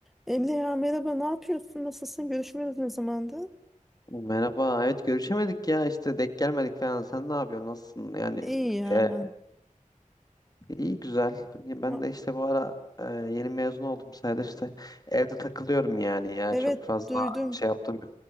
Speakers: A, in the centre; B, on the left (about 30°).
A: Emre ya merhaba ne yapıyorsun nasılsın görüşmüyoruz ne zamandır?
B: Merhaba. Evet görüşemedik ya işte denk gelmedik falan. Sen ne yapıyorsun? Nasılsın? Yani
A: İyi ya
B: e,
A: ben.
B: iyi güzel. Ya Ben
A: Va-
B: de işte bu ara e, yeni mezun oldum sayılır işte. Evde takılıyorum yani ya
A: Evet
B: çok fazla
A: duydum
B: şey yaptım. yok.